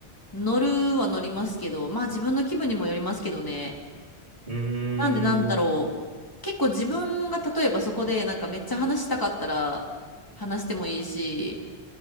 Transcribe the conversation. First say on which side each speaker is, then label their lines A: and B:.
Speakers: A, on the left; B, on the right.
A: 乗るは乗りますけど、まあ自分の気分にもよりますけどね。
B: うーん、
A: なんでなんだろう。結構自分が例えばそこでなんかめっちゃ話したかったら話してもいいし、